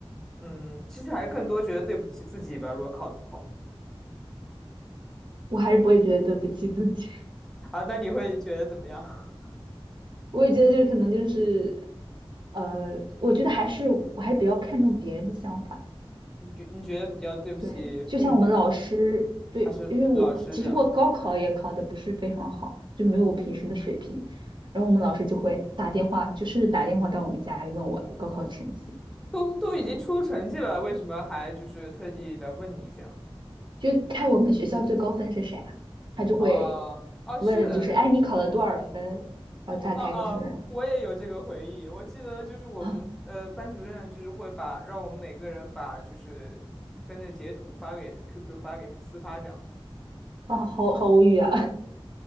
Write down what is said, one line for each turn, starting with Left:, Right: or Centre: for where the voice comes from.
Centre: 嗯，其实还是更多觉得对不起自己吧。如果考的不好
Right: 我还是不会觉得对不起自己。
Centre: 啊，那你会觉得怎么样？
Right: 我也觉得就是可能就是，呃，我觉得还是我还比较看重别人的想法。
Centre: <laughs> 你比你觉得比较对不起父母
Right: 对，就像我们老师，对，
Centre: 还是老师这样？
Right: 因为我其实我高考也考的不是非常好，就没有我平时的水平。然后我们老师就会打电话，就甚至打电话到我们家里问我高考成绩，
Centre: 都都已经出成绩了，为什么还就是特地来问你这样？
Right: 就看我们学校最高分是谁啊，他就会
Centre: 哦哦，
Right: 问，
Centre: 是的，
Right: 就是哎你考了多少分？然后大概就是
Centre: 哦哦，我也有这个回忆。我记得就是我们呃班主任就是会把让我们每个人把就是分的截图发给他，QQ
Right: 啊
Centre: 发给他，私发这样。
Right: 啊好好无语啊，